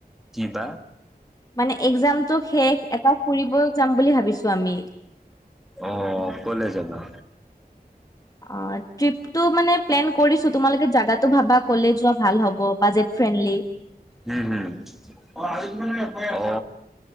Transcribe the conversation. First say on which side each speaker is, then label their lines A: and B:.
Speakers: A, in the centre; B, on the left.
A: কিবা
B: মানে, এক্সামটো শেষ এটা ফুৰিব যাম বুলি ভাবিছোঁ। স্বামী।
A: অ কলৈ যাবা।
B: অ' টিপ। টো মানে। প্লেন কৰিছো। তোমালোকে জাগাটো ভাবা ক'লে যোৱা ভাল হ'ব। Budget friendly.
A: উম, উম অ'